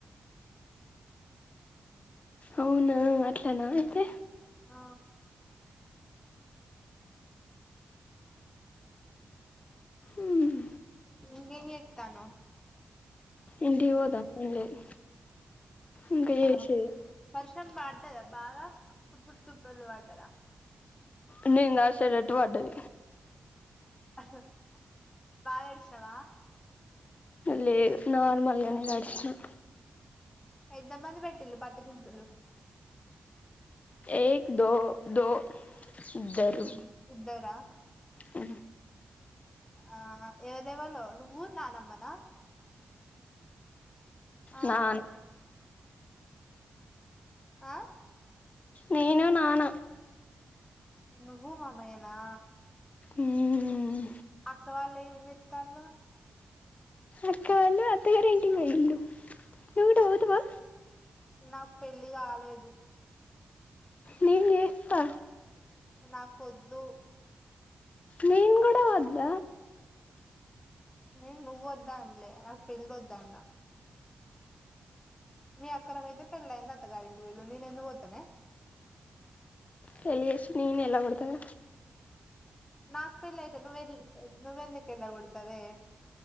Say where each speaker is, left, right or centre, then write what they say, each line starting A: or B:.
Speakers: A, on the left; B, on the left.
A: అవును అట్లనా అయితే.
B: ఆ
A: ఉమ్.
B: ఇంకేం చేత్తానవ్?
A: ఇంటివోత లేదు ఇంక చేశేది.
B: ఆ వర్షం పడ్డదా బాగా, తుప్పులు తుప్పుర్లు పడ్డదా?
A: అది నాసైడటు పడ్డది
B: హ్ బాగ తడిచినవా
A: లేదు నార్మల్గానే తడ్చినా
B: ఎంత మంది పెట్టిళ్ళు పత్తి గింజలు
A: ఏక్ దో దో ఇద్దరు
B: ఇద్ ఇద్దరా
A: అ
B: ఆ ఎవరెవలో నువ్వు నానమ్మనా ఆ
A: నాన
B: ఆ
A: నేను నాన
B: నువ్వు మామయ్య నా
A: ఉమ్.
B: అక్క వాళ్ళు ఏం జెత్తాళ్ళు
A: అక్క వాళ్ళు అత్తగారింటికి పోయిల్లు నువు కూడా పోతవా
B: నాకు పెళ్లి గాలేదు
A: నేన్ జేస్తా
B: నాకొద్దు
A: నేన్ కూడా వ వోద్ద
B: నేన్ నువొద్దు అనలే నాకు పెళ్లి వద్దు అన్న మీ అక్కలకయితే పెళ్ళి అయింది అత్త గారింటికి బొయిళ్ళు నేను ఎందుకు పోతానే
A: పెళ్లి జేసి నేను ఎల్లగొడతాగ
B: నాక్ పెళ్ళయితే, నువ్వెల్ నువ్వెందుకెళ్ల కొడతవే